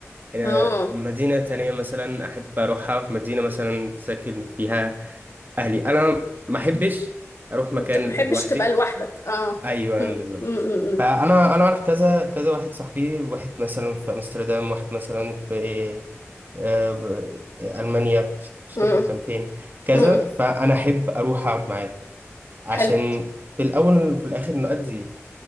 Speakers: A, on the right; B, on the left.
A: آه،
B: اه
A: مدينة تانية مثلا أحب أروحها مدينة مثلا ساكن فيها أهلي أنا ما أحبش أروح مكان
B: انت ما بتحبش
A: لوحدي
B: تبقى لوحدك اه
A: ايوه
B: امم
A: أيوة بالظبط
B: امم
A: فانا انا اعرف كذا كذا واحد صاحبي واحد مثلا في امستردام واحد مثلا في آه، ب- المانيا مش مش فاكر
B: امم
A: كان فين كذا
B: امم
A: فانا احب اروح اقعد معاه عشان
B: حلو
A: في الاول وفي الاخر نؤدي